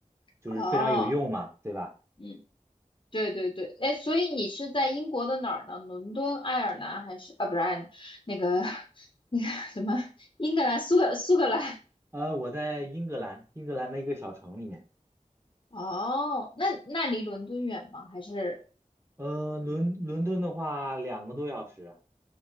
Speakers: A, on the right; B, on the left.
A: 就是非常有用嘛，
B: 哦，
A: 对吧？
B: 嗯，对对对，哎，所以你是在英国的哪儿呢？伦敦、爱尔兰还是啊？不是爱尔兰，那个 <laughs> 那个什么，英格兰、苏格苏格兰。
A: 呃，我在英格兰，英格兰的一个小城里面。
B: 哦，那那离伦敦远吗？还是
A: 呃，伦伦敦的话，两个多小时。